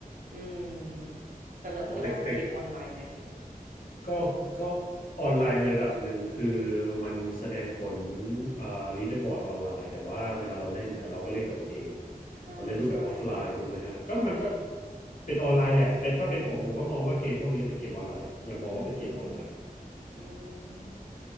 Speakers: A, on the right; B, on the left.
A: อืมแบบนั้นเขาเรียกว่าเป็นเกมออนไลน์ไหม
B: อ๋อแต่แต่ ก็ก็ออนไลน์ในระดับหนึ่งคือมันแสดงผล
A: อืม
B: เอ่อลีดเดอร์บอร์ดออนไลน์แต่ว่าเวลาเราเล่นเนี่ยเราก็เล่นกับตัวเอง
A: อ่าใช่
B: เราเล่นรูปแบบออฟไลน์ถูกไหมฮะก็มันก็
A: ใช่
B: เป็นออนไลน์แหละเป็นถ้าเป็นผมผมก็มองว่าเกมพวกนี้เป็นเกมออนไลน์ยังมองว่าเป็นเกมออนไลน์
A: อืมอืม